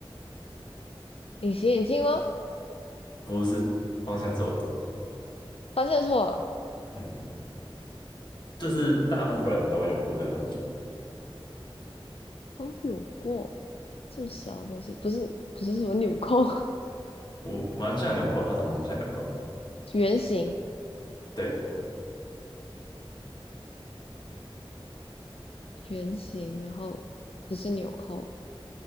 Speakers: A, on the left (about 80°); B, on the left (about 50°).
A: 隐形眼镜吗？
B: 不是方向错了，
A: 发现错了，
B: 嗯，就是大部分人都有过这个东西，
A: 都有过这么小的东西，不是不是什么纽扣，
B: 我蛮像纽扣，它长得很像纽扣，
A: <laughs> 圆形
B: 对
A: 圆形，然后不是纽扣，